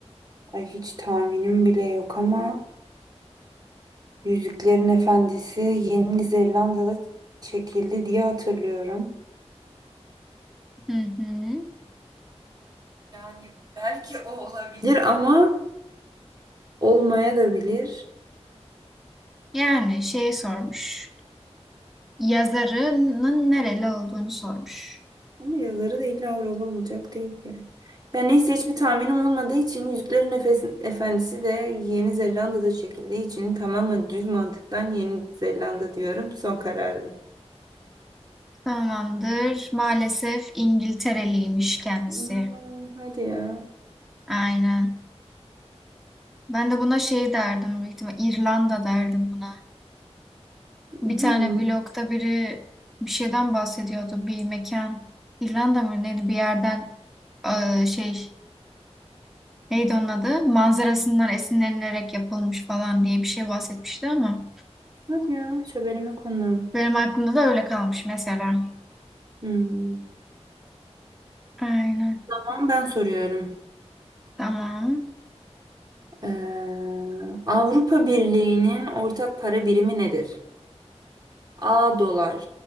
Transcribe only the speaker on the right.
Ay hiç tahminim bile yok ama Yüzüklerin Efendisi Yeni Zelanda'da çekildi diye hatırlıyorum.
Yani belki o olabilir. ama olmaya da bilir.
Ama yazarı da illa Avrupa bulacak değil ki. Ya neyse hiçbir tahminim olmadığı için Yüzüklerin Efes- Efendisi de Yeni Zelanda'da çekildiği için tamamen düz mantıktan Yeni Zelanda diyorum. Son kararım.
Aa, hadi ya.
Hmm.
Bak ya hiç haberime konu.
Hmm.
Tamam ben soruyorum.
Ee, Avrupa Birliği'nin ortak para birimi nedir? A dolar,